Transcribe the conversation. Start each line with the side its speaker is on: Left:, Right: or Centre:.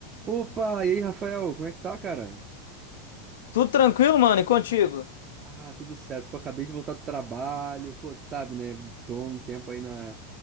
Right: Opa, e aí, Rafael, como é que tá, cara?
Left: Tudo tranquilo, mano, e contigo?
Right: Ah, tudo certo. Pô, acabei de voltar do trabalho. Pô, tu sabe, né? Tô um tempo aí na,